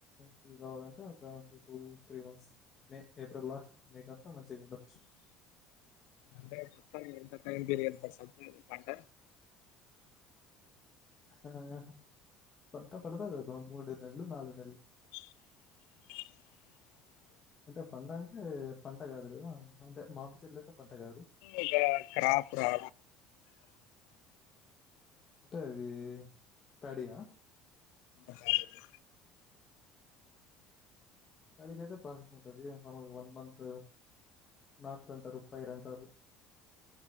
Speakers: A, on the left; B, on the left.
A: ఫుల్ రావాలంటే ఒక two three months May April last మేకంతా మంచిగా ఉండొచ్చు
B: అంటే ఎంత <inaudible> పంట
A: ఆ ఆ పంట పడతది ఒక మూడు నెలలు నాలుగు నెలలు
B: <inaudible>
A: అంటే పండానికి అంటే పంట కాదు కదా అంటే మామి చెట్లు అయితే పంట కాదు.
B: ఒక క్రాపు రా
A: అంటే అది ప్యాడ్డియా
B: క్రికు
A: ప్యాడ్డికి అయితే ప్రాసెస్ ఉంటది మమ వన్ మంత్ నాట్లుంటారు పైరంటారు